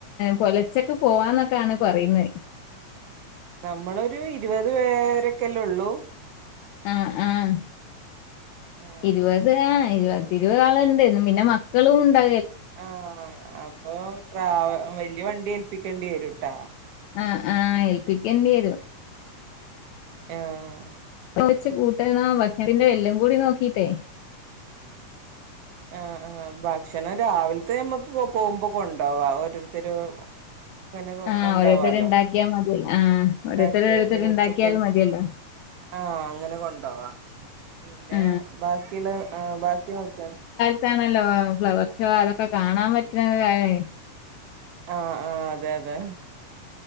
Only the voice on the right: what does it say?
നമ്മളൊരു ഇരുപത് പേരൊക്കെല്ലേ ഒള്ളൂ
ആഹ്
ആഹ് അപ്പൊ ട്രാവ വല്യ വണ്ടി ഏൽപ്പിക്കേണ്ടി വരൂട്ടാ
ആഹ്
ആഹ് ആഹ് ഭക്ഷണം രാവിലത്തെ നമ്മക്ക് പോകുമ്പോ കൊണ്ടവാ ഓരോരുത്തരു തന്നെ
കൊണ്ടാവാലോ
ഉണ്ടാക്കിയ
പിന്നെ
ഉച്ചക്കൽ
ആഹ് അങ്ങനെ കൊണ്ടോവാ പിന്നെ
ബാക്കിയുള്ള ഏഹ് ബാക്കി നോക്കിയ
ആഹ് ആഹ് അതെ അതെ